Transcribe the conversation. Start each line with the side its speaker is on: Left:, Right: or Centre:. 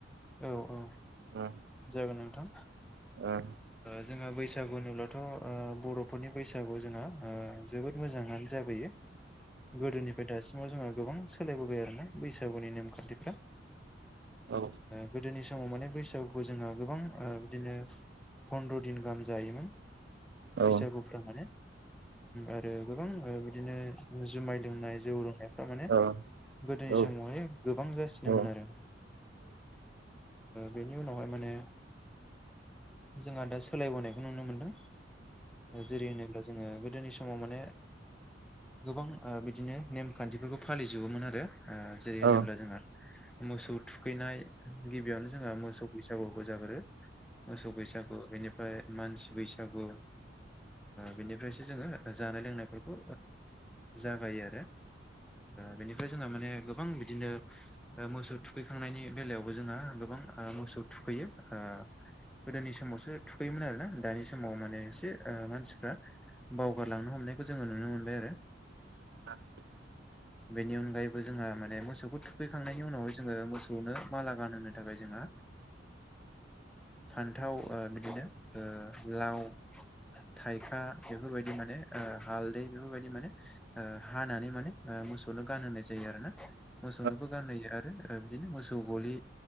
Centre: औ औ
Right: ओं
Centre: जागोन नोंथां
Right: ओं
Centre: जोंहा बैसा बैसागु होनब्लाथ' बर'फोरनि बैसागुआव जोंहा जोबोद मोजांङानो जाबोयो गोदोनिफ्राय दासिमाव जोंहा गोबां सोलायबोबाय आरोना बैसागुनि नेमखान्थिफ्रा
Right: ओं औ
Centre: गोदोनि समाव माने बैसोआव खौ जोंङो गोबां बिदिनो फन्द्र' दिन गाहाम जायोमोन
Right: औ
Centre: बैसागुफ माने आरो गोबां बिदिनो जुमाय लोंनाय जौ लोंनायफ्रा माने
Right: औ
Centre: गोदोनि
Right: औ
Centre: समावहाय गोबां जासिनोमोन
Right: औ
Centre: आरो बे बेहाय माने जोंहा दा सोलायबोनायखौ नुनो मोनदों जेरै होनोब्ला जोंङो गोदोनि समाव माने गोबां बिदिनो नेम खान्थिफोरखौ फालिजोबोमोन आरो जेरै
Right: औ
Centre: होनोब्ला जोंहा मोसौ थुखैनाय गिबियावनो जों मोसौ बैसागुबो जागोरो मोसौ बैसागु बेनिफ्राय मानसि बैसागु बिनिफ्रायसो जोंङो जानाय लोंनायफोरखौ जागायो आरो बेनिफ्राय जोंहा माने गोबां बिदिनो मोसौ थुखैखांनायनि बेलायावबो जोंहा गोबां मोसौ थुखैयो गोदोनि समावसो थुखैयोमोन आरोना दानि समाव माने एसे मानसि बावगारलांनो हमनायखौ जोंङो नुनो मोनबाय आरो
Right: <unintelligible>
Centre: बेनि अनगायैबो जोंहा माने मोसौखौ थुखैखांनायनि उनावहाय जोंङो मोसौनो माला गानहोनो थाखाय जोंहा फान्थाव बिदिनो लाव थाइखा बेफोरबायदि माने हालदै बेफोरबायदि माने हानानै माने ओ मोसौनो गानहोनाय जायो आरो ना मोसौनोबो
Right: औ
Centre: गानहोयो आरो बिदिनो मोसौ गलि